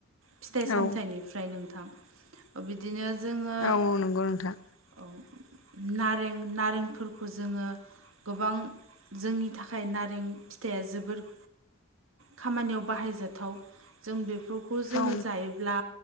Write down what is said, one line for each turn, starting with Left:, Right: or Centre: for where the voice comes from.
Right: फिथाइ सामथाइनिफ्राय
Left: औ
Right: नोंथां। ओ बिदिनो जोङो। औ
Left: औ नंगौ नोंथां
Right: नारें नारेंफोरखौ जोङो। गोबां जोंनि थाखाय नारें फिथाइया जोबोर खामानियाव बाहायजाथाव जों बेफोरखौ जोङो
Left: औ
Right: जायो ब्ला